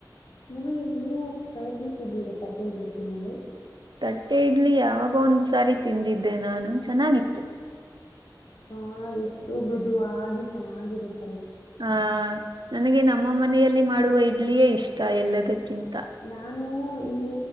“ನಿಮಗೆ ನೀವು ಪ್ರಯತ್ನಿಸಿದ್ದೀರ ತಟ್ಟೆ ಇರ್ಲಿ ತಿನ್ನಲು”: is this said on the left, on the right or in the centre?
Left